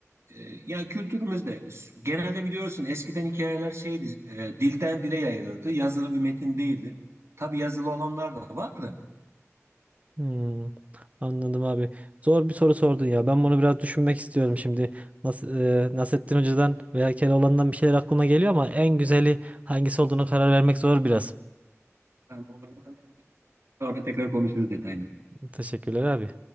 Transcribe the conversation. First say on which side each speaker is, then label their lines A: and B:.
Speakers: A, on the right (about 60°); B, on the right (about 25°).
A: E, ya kültürümüzde genelde biliyorsun eskiden hikayeler şeydi, e, dilden dile yayılırdı, yazılı bir metin değildi. Tabii yazılı olanlar da var da.
B: Hmm, anladım abi. Zor bir soru sordun ya. Ben bunu biraz düşünmek istiyorum şimdi. Nas e, Nasrettin Hoca'dan veya Keloğlan'dan bir şeyler aklıma geliyor ama en güzeli hangisi olduğunu karar vermek zor biraz.
A: Yani onlardan Sonra tekrar konuşuruz detayını.
B: Teşekkürler abi.